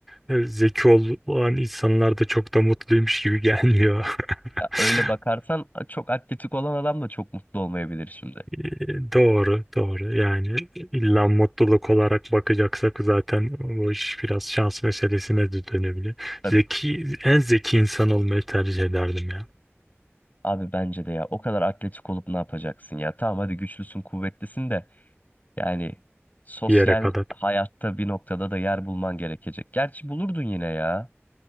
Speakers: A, in the centre; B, on the left (about 35°).
A: e, zeki olan insanlar da çok da mutluymuş gibi gelmiyor.
B: Ya öyle
A: <laughs>
B: bakarsan çok atletik olan adam da çok mutlu olmayabilir şimdi.
A: E, Doğru, doğru. Yani illa mutluluk olarak bakacaksak zaten bu iş biraz şans meselesine de dönebilir.
B: Tabii.
A: Zeki, en zeki insan olmayı tercih ederdim ya.
B: Abi bence de ya o kadar atletik olup ne yapacaksın ya? Tamam hadi güçlüsün, kuvvetlisin de yani sosyal
A: Bir yere kadar.
B: hayatta bir noktada da yer bulman gerekecek. Gerçi bulurdun yine ya.